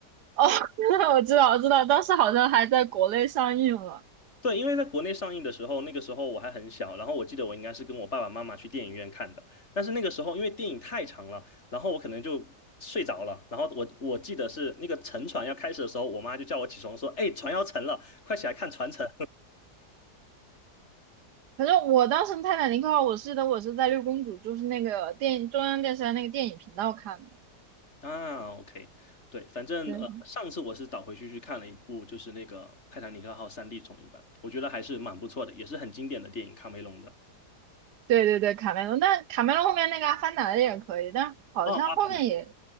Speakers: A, on the right; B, on the left.
A: 哦，<laughs> 我知道我知道，当时好像还在国内上映了。
B: 对，因为在国内上映的时候，那个时候我还很小，然后我记得我应该是跟我爸爸妈妈去电影院看的，但是那个时候因为电影太长了，然后我可能就睡着了，然后我我记得是那个沉船要开始的时候，我妈就叫我起床说：“哎，船要沉了，快起来看船沉。”
A: 反正我当时《泰坦尼克号》，我记得我是在六公主，就是那个电影中央电视台那个电影频道看的。
B: <laughs> 啊，OK，对，反正呃，
A: 对，
B: 上次我是倒回去去看了一部，就是那个《泰坦尼克号》3D 重映版，我觉得还是蛮不错的，也是很经典的电影，卡梅隆的。
A: 对对对，卡梅隆，但卡梅隆后面那个《阿凡达》的也可以，但好像后面也，
B: 哦，《阿凡达》